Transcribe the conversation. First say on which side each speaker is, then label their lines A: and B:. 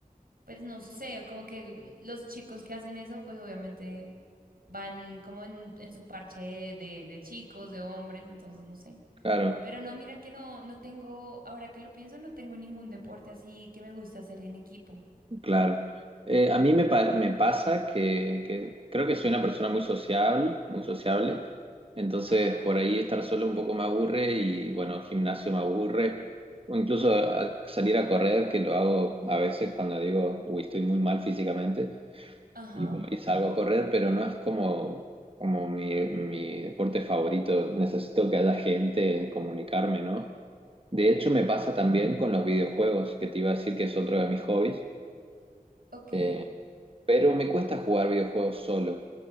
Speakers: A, on the right; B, on the right.
A: pues no sé, como que los chicos que hacen eso pues obviamente van como en, en su parche de, de chicos, de hombres, entonces no sé.
B: Claro,
A: Pero no, mira que no, no tengo, ahora que lo pienso, no tengo ningún deporte así que me guste hacer en equipo.
B: claro. Eh, a mí me, pa- me pasa que, que creo que soy una persona muy sociable, muy sociable. Entonces,
A: Ajá.
B: por ahí estar solo un poco me aburre y, bueno, gimnasio me aburre. O incluso a- salir a correr, que lo hago a veces cuando digo, uy, estoy muy mal físicamente.
A: Ajá,
B: y voy y salgo a correr, pero no es como, como mi, mi deporte favorito. Necesito que haya gente, comunicarme, ¿no? De hecho, me pasa también con los videojuegos, que te iba a decir que es otro de mis hobbies,
A: ok.
B: eh, pero me cuesta jugar videojuegos solo.